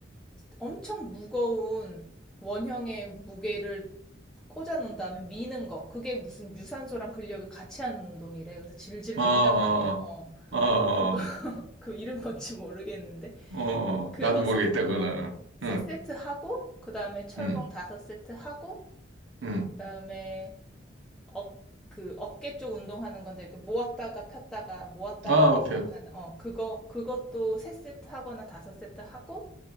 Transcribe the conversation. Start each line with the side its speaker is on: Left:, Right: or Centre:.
Centre: 엄청 무거운 원형의 무게를 꽂아 놓은 다음에 미는 거. 그게 무슨 유산소랑 근력을 같이 하는 운동이래. 그래서 질질
Right: 어,
Centre: 민단
Right: 어,
Centre: 말이야. 어.
Right: 어, 어,
Centre: 그거 <laughs> 그 이름 뭔지 모르겠는데
Right: 어, 어, 어.
Centre: 그거
Right: 나도 모르겠다,
Centre: 세
Right: 그거는.
Centre: 어. 세
Right: 응,
Centre: 세트 하고 그다음에 철봉
Right: 응,
Centre: 다섯 세트 하고
Right: 응.
Centre: 그다음에 어, 그 어깨 쪽 운동하는 건데 이렇게 모았다가 폈다가 모았다가
Right: 아,
Centre: 폈다가
Right: 오케이.
Centre: 하는 어 그거 그것도 세 세트 하거나 다섯 세트 하고